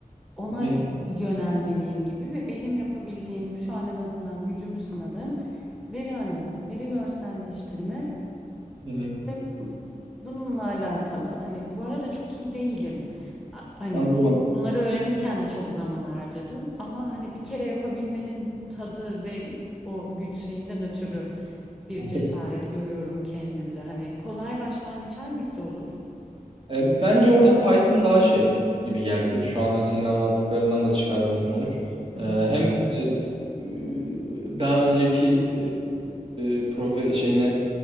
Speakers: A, in the centre; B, on the right (about 35°).
A: ona
B: Hı hı.
A: yönelmeliyim gibi ve benim yapabildiğim şu an en azından gücümü sınadığım veri analizi, veri görselleştirme
B: Hı hı.
A: Ve bu- bununla alakalı. Hani bu arada çok iyi değilim. A- Hani
B: anladım.
A: zo- bunları öğrenirken de çok zaman harcadım ama hani bir kere yapabilmenin tadı ve o güç şeyinden ötürü bir
B: <laughs>
A: cesaret görüyorum kendimde. Hani kolay başlangıç hangisi olur?
B: E, bence orada Python daha şey gibi geldi. Şu an hani senin anlattıklarından da çıkardığım sonuç.
A: Hı
B: E,
A: hı,
B: hem e, s- e, daha önceki e, profe şeyine